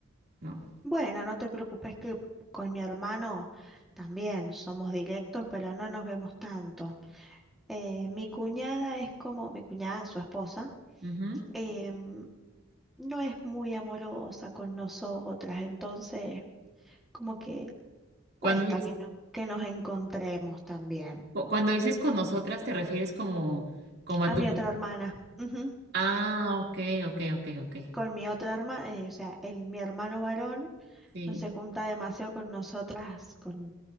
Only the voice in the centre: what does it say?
Bueno, no te preocupes que con mi hermano también somos directos, pero no nos vemos tanto. Eh, mi cuñada es como mi cuñada, su esposa.
em, no es muy amorosa con nosotras, entonces como que
Cuesta
que, no- que nos encontremos también.
A
mi otra hermana, ujú,
Con mi otra hermana, o sea, el, mi hermano varón
no se junta demasiado con nosotras, con,